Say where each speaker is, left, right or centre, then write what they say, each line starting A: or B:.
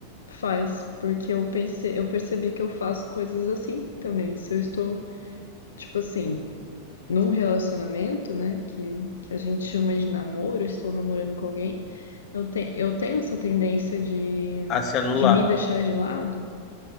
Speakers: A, on the left; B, on the left.
A: Faz, porque eu pensei, eu percebi que eu faço coisas assim também. Se eu estou, tipo assim, num relacionamento, né, que, que a gente chama de namoro, estou namorando com alguém, eu, te, eu tenho essa tendência de,
B: A se anular.
A: de me deixar de lado